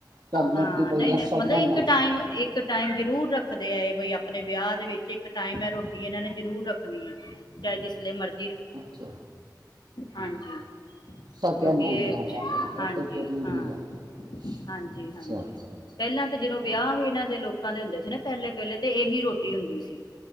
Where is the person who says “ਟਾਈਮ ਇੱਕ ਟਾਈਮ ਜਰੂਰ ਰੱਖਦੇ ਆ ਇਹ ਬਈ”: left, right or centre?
Left